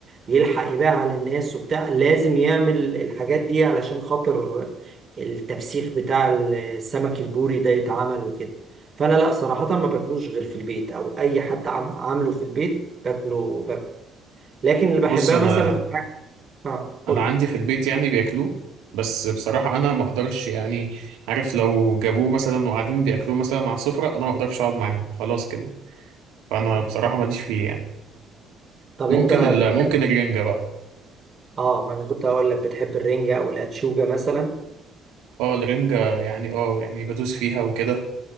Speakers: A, on the right (about 30°); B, on the right (about 85°).
A: يلحق يبيعها للناس وبتاع لازم يعمل الحاجات دي علشان خاطر التفسيخ بتاع السمك البوري ده يتعمل وكده فانا لا صراحه ما باكلوش غير في البيت او اي حد عم عامله في البيت باكله باكله لكن اللي بحبها
B: بص انا
A: مثلا في الحاجة اه
B: انا
A: قول
B: عندي
A: لي.
B: في البيت يعني بياكلوه بس بصراحه انا ما اقدرش يعني عارف لو جابوه مثلا وقاعدين بياكلوه مثلا على السفره انا ما اقدرش اقعد معاهم خلاص كده فانا بصراحه ماليش فيه يعني
A: طب
B: ممكن
A: انت بتحب
B: ال ممكن الرنجه بقى
A: اه ما انا كنت هقول لك بتحب الرنجة او الانشوجة مثلا
B: اه الرنجه يعني اه يعني بدوس فيها وكده